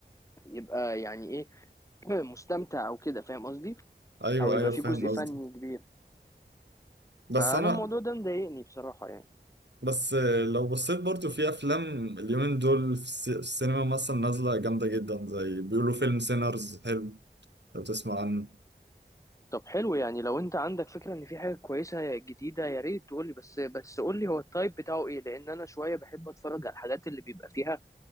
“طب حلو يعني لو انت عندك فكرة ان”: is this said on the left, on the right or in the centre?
Left